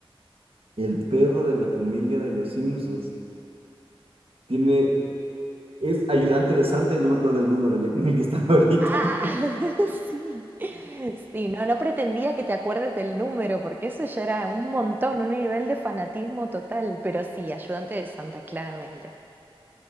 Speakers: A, on the right; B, on the right.
A: El perro de la familia de los Simpsons tiene, es ayudante de Santa y no me acuerdo el número ya en el que está <laughs> ahorita.
B: Ah, <laughs> sí. Sí, no, no pretendía que te acuerdes del número, porque eso ya era un montón, un nivel de fanatismo total, pero sí, ayudante de Santa, claramente.